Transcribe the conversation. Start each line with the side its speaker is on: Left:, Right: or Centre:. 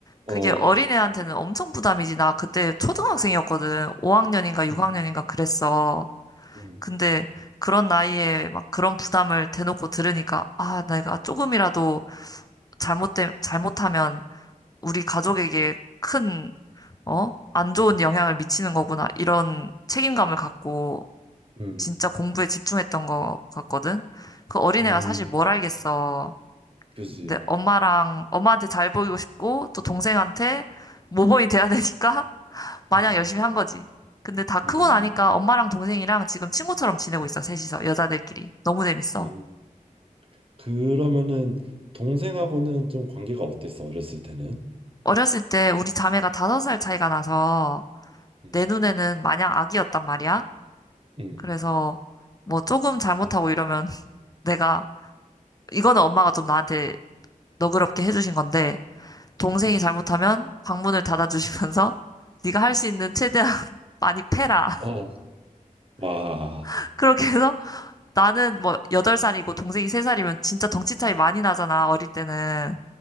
Right: 어.
Left: 그게 어린애한테는 엄청 부담이지. 나 그때 초등학생이었거든. 5학년인가 6학년인가
Right: 음,
Left: 그랬어.
Right: 음,
Left: 근데 그런 나이에 막 그런 부담을 대놓고 들으니까, 아, 내가 조금이라도 잘못되, 잘못하면 우리 가족에게 큰, 어? 안 좋은 영향을 미치는 거구나. 이런 책임감을 갖고
Right: 음,
Left: 진짜 공부에 집중했던 것 같거든. 그 어린애가
Right: 음,
Left: 사실 뭘 알겠어.
Right: 그지.
Left: 근데 엄마랑, 엄마한테 잘 보이고 싶고, 또 동생한테 모범이 돼야 되니까 마냥
Right: 음,
Left: 열심히 한 거지. 근데 다 크고
Right: 음,
Left: 나니까 엄마랑 동생이랑 지금 친구처럼 지내고 있어, 셋이서. 여자들끼리. 너무 재밌어.
Right: 음. 그러면은 동생하고는 좀 관계가 어땠어? 어렸을 때는?
Left: 어렸을 때 우리 자매가 다섯 살 차이가 나서
Right: 음,
Left: 내 눈에는 마냥 아기였단 말이야.
Right: 음,
Left: 그래서 뭐 조금 잘못하고 이러면 <laughs> 내가, 이거는 엄마가 좀 나한테 너그럽게 해주신 건데, 동생이
Right: 음.
Left: 잘못하면 방문을 닫아주시면서 <laughs> 네가 할 수 있는 최대한 <laughs> 많이 패라.
Right: 어, 와.
Left: <laughs> 그렇게 해서 나는 뭐 여덟 살이고 동생이 세 살이면 진짜 덩치 차이 많이 나잖아, 어릴 때는.